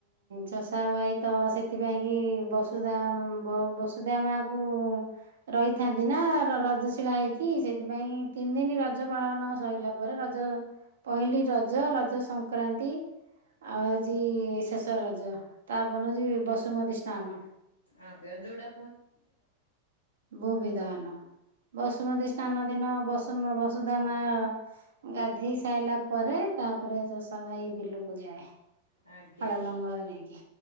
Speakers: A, on the right; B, on the left.
A: ଚଷା ଭାଇ ତ ସେଥିପାଇଁକି ବସୁଧା ଆମେ ଵ ସୁଧା ମା ଆମେକୁ ରହିଥାନ୍ତି ନା ରଜଶିଳା ହେଇକି ସେଇଥିପାଇଁ ତିନି ଦିନ ରଜ ପାଳନ ସଇଲା ପରେ ରଜ ପହିଲି ରଜ ରଜ ସଂକ୍ରାନ୍ତି। ଆଉ ଆଜି ଶେଷ ରଜ ତାପରେ ହେଉଛି ବସୁମତୀ ସ୍ନାନ।
B: ଆଜ୍ଞା ଯେଟା
A: ବୋ ବିଧାନ। ବସୁମତୀଷ୍ନା ନ ଦିନ ବସୁମ ବସୁଧା ମା ଗାଧେଇ ସାଇସାଲା ପରେ ତାପରେ ଚଷା ଭାଇ ବିଲକୁ ଯାଏ।
B: ଆଜ୍ଞା
A: ହଳ ଲଙ୍ଗଳ ନେଇକି